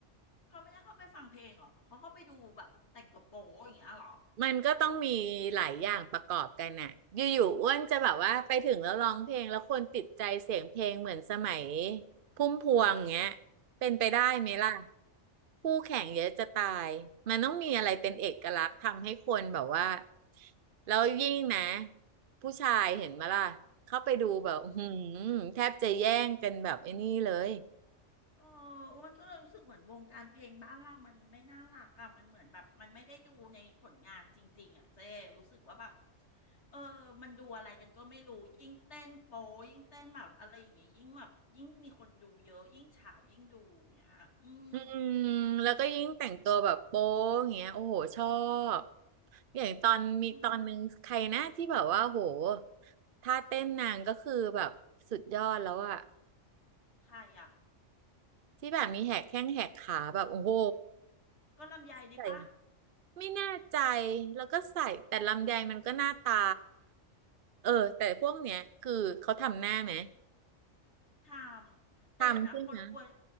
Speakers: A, on the left (about 60°); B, on the right (about 50°).
A: เขาไม่ได้เข้าไปฟังเพลงเหรอเขาเข้าไปดูแบบแต่งตัวโป๊อย่างเงี้ยเหรอ
B: มันก็ต้องมีหลายอย่างประกอบกันน่ะอยู่ๆอ้วนจะแบบว่าไปถึงแล้วร้องเพลงแล้วคนติดใจเสียงเพลงเหมือนสมัยพุ่มพวงเงี้ย เป็นไปได้ไหมล่ะคู่แข่งเยอะจะตาย มันต้องมีอะไรเป็นเอกลักษณ์ทำให้คนแบบว่าแล้วยิ่งนะผู้ชายเห็นมาล่ะเข้าไปดูแบบอื้อหืมแทบจะแย่งกันแบบไอ้นี่เลย
A: อืมเอออ้วนก็เลยรู้สึกเหมือนวงการเพลงบ้านเรามันไม่น่ารักอ่ะมันเหมือนแบบมันไม่ได้ดูในผลงานจริงๆอ่ะเจ๊รู้สึกว่าแบบ เออ มันดูอะไรกันก็ไม่รู้ ยิ่งเต้นโป๊ยิ่งเต้นแบบอะไรอย่างงี้ยิ่งแบบยิ่งมีคนดูเยอะ ยิ่งฉาวยิ่งดูอย่างเงี้ยอืม
B: อืมแล้วก็ยิ่งแต่งตัวแบบโป๊อย่างเงี้ยโอ้โหชอบอย่างตอนมีตอนนึงใครนะที่แบบว่าโห
A: อืม
B: ท่าเต้นนางก็คือแบบสุดยอดแล้วอะ
A: ใครอ่ะ
B: ที่แบบมีแหกแข้งแหกขาแบบโอ้โห
A: ก็ลำไยนี่ปะ
B: ใส่ไม่แน่ใจแล้วก็ใส่แต่ลำไยมันก็หน้าตาเออแต่พวกเนี้ยคือเขาทำหน้าไหม
A: ทามแต่เดี๋ยวนะ
B: ทำใช่ไหม
A: คนอวย